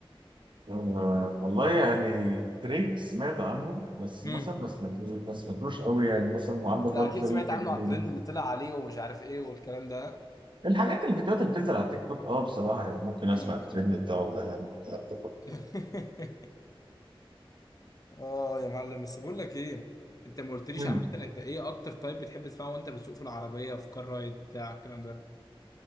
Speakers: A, on the right (about 55°); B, on the left (about 40°).
A: آه والله يعني دريك سمعت عنه بس
B: امم
A: مثلا ما سمعتوش ما سمعتوش قوي يعني مثلا عندك
B: ده
A: برضه
B: اكيد
A: ذا
B: سمعت
A: ويكند
B: عنه على
A: وال-
B: الترند اللي طلع عليه ومش عارف ايه والكلام ده
A: الحاجات الفيديوهات اللي بتنزل على التيك توك اه بصراحه يعني ممكن اسمع
B: ايوه
A: الترند
B: ايوه
A: بتاعه ده يعني الكلام ده كله.
B: <laughs> اه يا معلم بس بقول لك ايه انت ما قلتليش
A: مم.
B: عامه انت ايه اكتر تايب بتحب تسمعه وانت بتسوق في العربيه في كار رايد بتاع الكلام ده